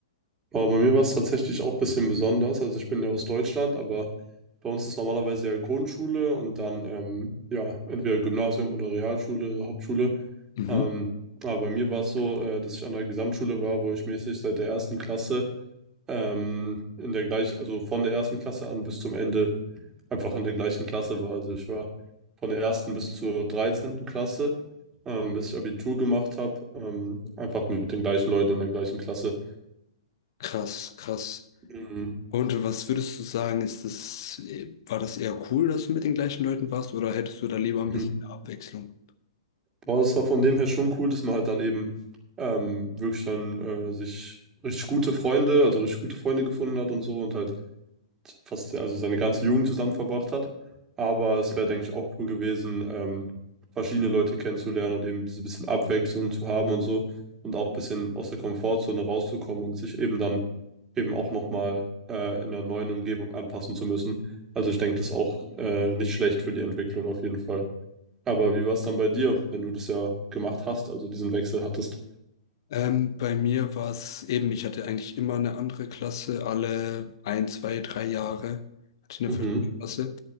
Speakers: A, on the right (about 20°); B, on the left (about 55°).
A: Boah, bei mir war es tatsächlich auch ein bisschen besonders. Also ich bin ja aus Deutschland, aber bei uns ist normalerweise ja Grundschule und dann ähm, ja entweder Gymnasium oder Realschule, Hauptschule.
B: Mhm.
A: Ähm, aber bei mir war es so, äh, dass ich an der Gesamtschule war, wo ich mäßig seit der ersten Klasse ähm, in der gleich, also von der ersten Klasse an bis zum Ende einfach in der gleichen Klasse war. Also ich war von der ersten bis zur dreizehnten Klasse, ähm, bis ich Abitur gemacht habe, ähm, einfach mit den gleichen Leuten in der gleichen Klasse.
B: Krass, krass.
A: Mhm.
B: Und was würdest du sagen, ist das, war das eher cool, dass du mit den gleichen Leuten warst, oder hättest du da lieber ein
A: Mhm.
B: bisschen Abwechslung?
A: Aber es war von dem her schon cool, dass man halt dann eben ähm, wirklich dann äh, sich richtig gute Freunde, also richtig gute Freunde gefunden hat und so und halt fast also seine ganze Jugend zusammen verbracht hat. Aber es wäre, denke ich, auch cool gewesen, ähm, verschiedene Leute kennenzulernen und eben diese bisschen Abwechslung zu haben und so und auch ein bisschen aus der Komfortzone rauszukommen und sich eben dann eben auch nochmal äh, in einer neuen Umgebung anpassen zu müssen. Also ich denke, das ist auch äh, nicht schlecht für die Entwicklung auf jeden Fall. Aber wie war es dann bei dir, wenn du das ja gemacht hast, also diesen Wechsel hattest?
B: Ähm, bei mir war es eben, ich hatte eigentlich immer eine andere Klasse, alle ein, zwei, drei Jahre hatte ich eine
A: Mhm,
B: verschiedene Klasse.